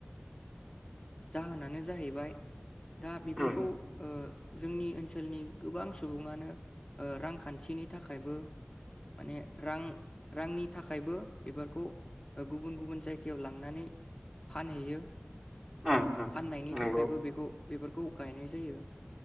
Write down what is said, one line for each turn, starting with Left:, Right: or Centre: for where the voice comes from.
Left: जाहोनानो जाहैबाय दा बेफोरखौ
Right: उम
Left: जोंनि ओनसोलनि गोबां सुबुङानो रांखान्थिनि थाखायबो माने रां रांनि थाखायबो बेफोरखौ गुबुन गुबुन जायगायाव लांनानै फानहैयो
Right: उम उम उम
Left: फाननायनि नि
Right: नंगौ
Left: थाखायबो बेखौ बेफोरखौ गायनाय जायो